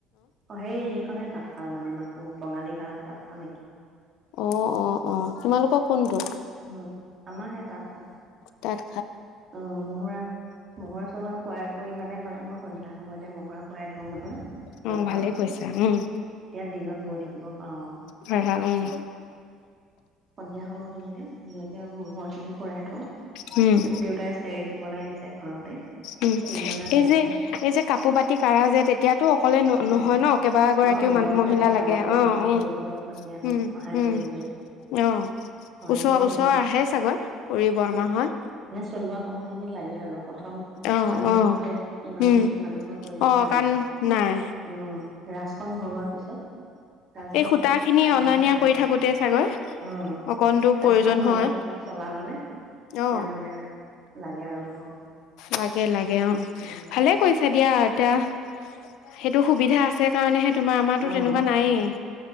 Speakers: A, on the right; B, on the left.
A: অ', সেই সেইখনে তাত ভাল মানে মাকো বঙালী শাল তাঁত শাল
B: অ', অ', অ', তোমালোকৰ কোনটো?
A: মহ আমাৰ সেই তাঁতশাল।
B: তাঁত
A: অ', মহুৰা মহুৰা চহুৰা ফুৰাই কৰি মানে মানে মই সন্ধিয়া সময়তে মহুৰা ফুৰাই থওঁ নহয়। যঁতৰত
B: উম, ভালে কৈছা উম।
A: তেতিয়া দিনত বৈ থাকিব পাৰোঁ আৰু
B: উম, হম, উম।
A: সধিয়া সমাময়খিনিতে ধুনীয়াকে ম'ৰখিনি ফুৰাই থওঁ
B: উম।
A: দেউতাই চেৰেকী বনাই দিছে ঘৰতে।
B: উম,
A: কিনি অনা নাই
B: এই যে,
A: নহয়
B: এই যে, কাপোৰ পাতি কঢ়া যে, তেতিয়াতো অকলে ন
A: অ
B: নহয় ন কেইবাগৰাকীয়ো
A: অ
B: মা-মহিলা
A: লগ
B: লাগে
A: আমাৰ বৰমাহঁতক
B: অ', অ',
A: বৌহঁতক মাতি আনো
B: উম,
A: সহায়
B: উম,
A: কৰি দিয়ে
B: অ',
A: সহায়
B: ওচৰ,
A: কৰি
B: ওচৰ
A: দিয়ে আৰু
B: আহে চাগৈ খুৰী, বৰমাহঁত?
A: <unintelligible> সময়খিনি লাগে আৰু প্ৰথম
B: অ,
A: টানি
B: অ,
A: থাকোতে ইমান
B: উম,
A: মানুহৰ প্ৰয়োজন
B: অ,
A: নাই,
B: কাৰণ নাই
A: অ', ৰাচ ণ ঘৰুৱা পিছত <unintelligible>
B: এই
A: ভৰোৱা
B: সূতা
A: পিছত
B: খিনি
A: তেতিয়া
B: অনা
A: মানে
B: নিয়া
A: লাগে
B: কৰি থাকোতে
A: আৰু
B: চাগৈ
A: অ',
B: অকণতো প্ৰয়োজন
A: তাছখন ভৰোৱা
B: হয়
A: পিছত চলাবলে তেতিয়া
B: অ,
A: মানে লাগে আৰু লগ
B: লাগে, লাগ অ',
A: উম
B: ভালে কৈইচা এতিয়া, তিয়া সেইটো সুবিধা আছে কাৰণেহে তোমাৰ আমাৰতো
A: অ
B: তেনেকুৱা নায়েই।